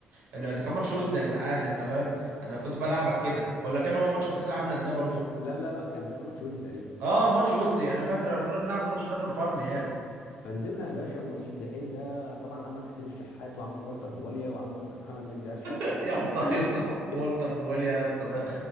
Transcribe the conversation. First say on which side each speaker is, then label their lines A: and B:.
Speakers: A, on the right; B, on the left.
A: لا، ده كان ماتش ودي يا جدعان انت فاهم انا كنت بلعبك كده ولا كان هو ماتش في كاس العالم للانديه برضه
B: لا لا لا كان تقريبا ماتش ودي تقريبا
A: اه ماتش ودي انا فاكر انا كنا بنلعب الماتش ده فور فن يعني
B: فنزلنا يا باشا الماتش الدحيل ده طبعا عمك حسين الشحات وعمك والتر بواليا وعمك محمد مجدي قفشه
A: <laughs> يا اسطى
B: ثلاث
A: يا اسطى والتر بواليا يا اسطى ده